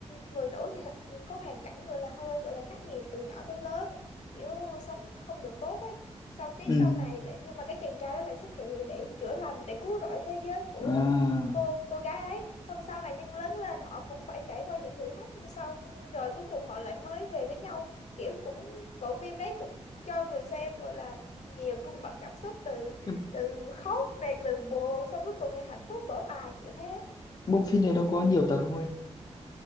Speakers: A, on the left; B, on the left.
A: người nữ thì h- có hoàn cảnh gọi là hơi gọi là khắc nghiệt từ nhỏ tới lớn kiểu sống không được tốt ấy xong cái
B: Ừ.
A: sau này lại nhưng mà cái chàng trai đó lại xuất hiện để, để chữa lành để cứu rỗi thế giới của
B: à
A: cô cô gái ấy xong sau này nhưng lớn lên họ cũng phải trải qua những thử thách sau rồi cuối cùng họ lại mới về với nhau kiểu cũng bộ phim đấy cũng cho người xem gọi là nhiều cung bậc cảm xúc từ
B: Nhưng
A: từ khóc này từ buồn xong cuối cùng lại hạnh phúc vỡ òa kiểu thế
B: bộ phim này đâu có nhiều tập không em